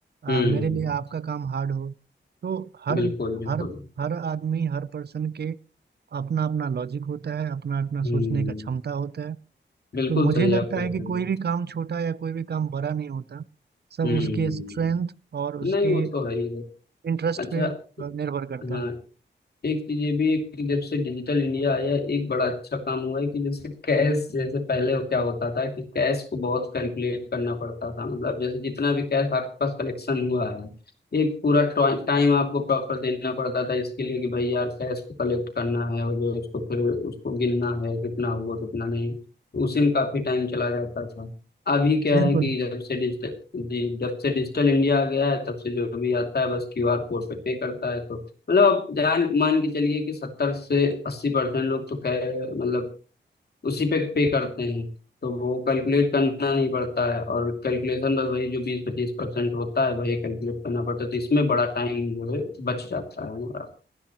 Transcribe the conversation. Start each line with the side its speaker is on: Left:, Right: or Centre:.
Left: हम्म
Right: आ, मेरे लिए आपका काम हार्ड हो तो हर
Left: बिल्कुल बिल्कुल
Right: हर हर आदमी हर पर्सन के अपना अपना लॉजिक होता है अपना अपना
Left: हम्म
Right: सोचने का क्षमता होता है
Left: बिल्कुल
Right: तो मुझे
Left: सही
Right: लगता
Left: आप कह
Right: है कि
Left: रहे
Right: कोई
Left: हैं
Right: भी काम छोटा या कोई भी काम बड़ा नहीं होता सब
Left: हम्म
Right: उसके स्ट्रेंथ और उसके
Left: नहीं वो तो है ही है
Right: इंटरेस्ट
Left: अच्छा
Right: पे अ, निर्भर करता
Left: हाँ
Right: है
Left: एक चीज ये भी है कि जब से डिजिटल इंडिया आया है, एक बड़ा अच्छा काम हुआ है कि जैसे कैश जैसे पहले वो क्या होता था कि कैश को बहुत कैलकुलेट करना पड़ता था मतलब जैसे जितना भी कैश आपके पास कलेक्शन हुआ है एक पूरा टाइम आपको प्रॉपर देना पड़ता था इसके लिए कि भाई यार कैश को कलेक्ट करना है और जो इसको फिर उसको गिनना है कितना हुआ कितना नहीं उसी में काफी टाइम चला जाता था अभी क्या
Right: बिल्कुल
Left: है कि जब से डिजिटल जी जब से डिजिटल इंडिया आ गया है तब से जो भी आता है बस क्यूआर कोड पे पे करता है तो मतलब आप जान मान के चलिए कि सत्तर से अस्सी परसेंट लोग तो कह मतलब उसी पे पे करते हैं तो वो कैलकुलेट करना नहीं पड़ता है और कैलकुलेशन बस वही जो बीस पच्चीस परसेंट होता है वही कैलकुलेट करना पड़ता है तो इसमें बड़ा टाइम जो है बच जाता है हमारा